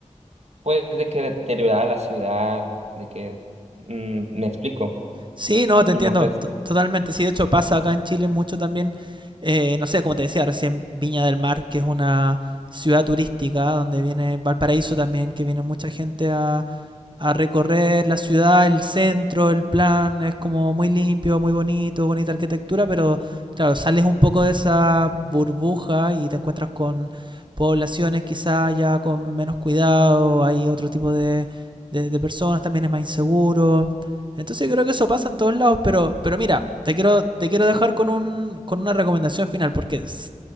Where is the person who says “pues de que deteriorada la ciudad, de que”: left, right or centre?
Right